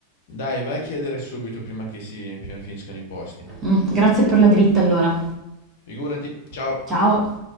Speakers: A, on the left; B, on the right.
A: Dai, vai a chiedere subito prima che si pian- finiscano i posti.
B: Mm, grazie per la dritta allora.
A: Figurati, ciao!
B: Ciao.